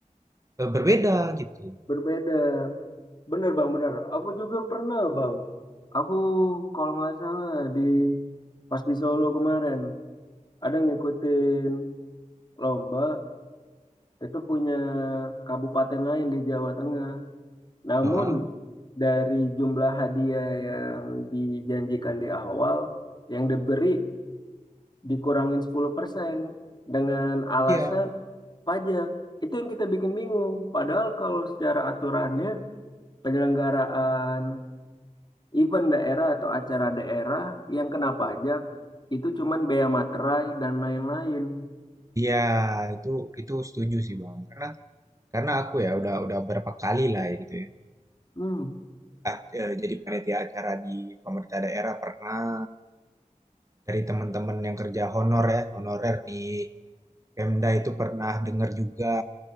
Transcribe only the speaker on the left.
Berbeda. Bener bang, bener. Aku juga pernah bang. Aku kalau nggak salah di pas di Solo kemarin ada ngikutin lomba itu punya kabupaten lain di Jawa Tengah. Namun
dari jumlah hadiah yang dijanjikan di awal yang diberi dikurangin 10% dengan alasan
pajak. Itu yang kita bikin bingung. Padahal kalau secara aturannya penyelenggaraan event daerah atau acara daerah yang kena pajak itu cuman bea materai dan lain-lain.
Hmm,